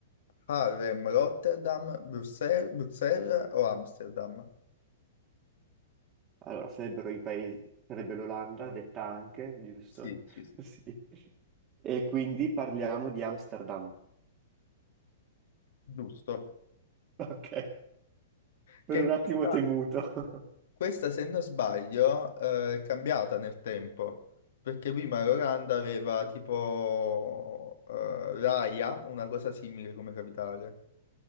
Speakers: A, on the left; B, on the right.
A: Harlem, Rotterdam, Bruxelles, Bruxelles o Amsterdam?
B: Allora, sarebbero i paesi, sarebbe l'Olanda, detta anche, giusto?
A: Sì, sì, sì.
B: <laughs> Sì. E quindi parliamo di Amsterdam. <laughs>
A: Giusto.
B: Ok, per
A: Che
B: un attimo
A: questa,
B: ho temuto. <laughs>
A: questa, se non sbaglio, eh, è cambiata nel tempo, perché prima l'Olanda aveva tipo eh, l'Aia, una cosa simile come capitale.